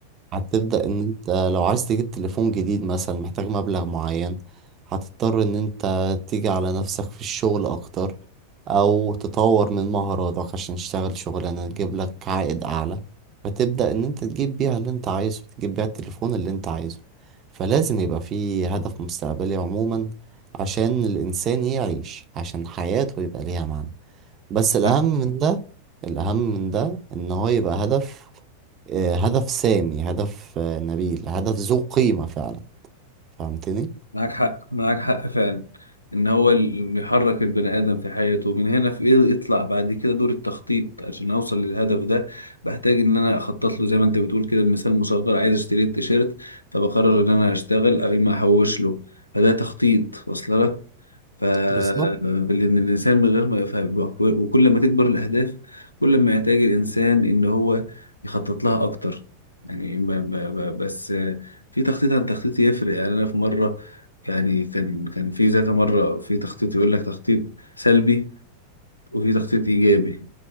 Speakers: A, on the right; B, on the left.
A: هتبدأ ان انت لو عايز تجيب تليفون جديد مثلا محتاج مبلغ معين هتضطر ان انت تيجي على نفسك في الشغل اكتر او تطور من مهاراتك عشان تشتغل شغلانة تجيب لك عائد اعلى فتبدأ ان انت تجيب بيها اللي انت عايزه تجيب بيها التليفون اللي انت عايزه فلازم يبقى في هدف مستقبلي عموما عشان الانسان يعيش عشان حياته يبقى ليها معنى بس الأهم
B: صح
A: من ده الأهم من ده إن هو يبقى هدف آه، هدف سامي هدف آه، نبيل هدف ذو قيمة فعلا فهمتني؟
B: معاك حق معاك حق فعلا ان هو اللي بيحرك البني ادم في حياته من هنا في ايه يطلع بعد كده دور التخطيط عشان اوصل للهدف ده بحتاج ان انا اخطط له زي ما انت بتقول كده بمثال مصغر عايز اشتري التيشيرت فبقرر ان انا اشتغل او اما احوش له فده تخطيط واصل لك ف
A: بالظبط
B: لان الانسان من غير ما يفهم وكل ما تكبر الاهداف كل ما يحتاج الانسان ان هو يخطط لها اكتر يعني ب... ب... ب... بس في تخطيط عن تخطيط يفرق يعني انا في مره يعني كان كان في ذات مرة في تخطيط يقول لك تخطيط سلبي وفي تخطيط إيجابي